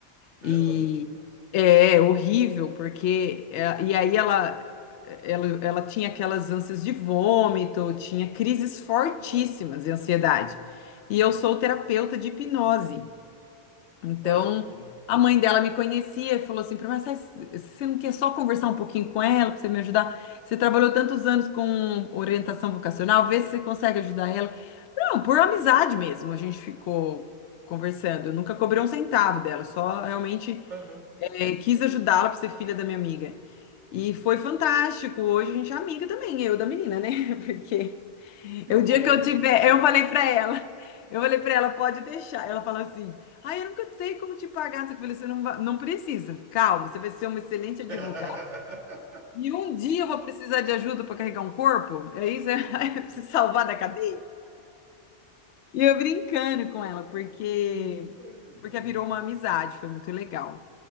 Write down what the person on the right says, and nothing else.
Pelo
amor de Deus.
Nossa.
Olha que bom.
Aham.
Que
bom,
viu?
Por-
<laughs> Ai,
que
bom,